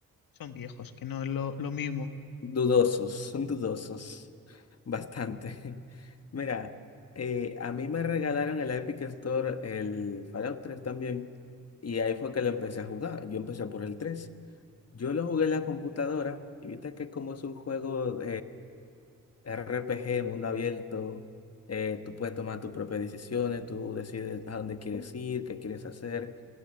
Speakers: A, on the left; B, on the left.
A: son viejos, que no es lo, lo mismo.
B: Dudosos, son dudosos. Bastante. <laughs> Mira, eh, a mí me regalaron el Epic Store el Fallout 3 también. Y ahí fue que lo empecé a jugar. Yo empecé por el 3. Yo lo jugué en la computadora. Y viste que como es un juego RPG, de mundo abierto, eh, tú puedes tomar tus propias decisiones, tú decides a dónde quieres ir, qué quieres hacer.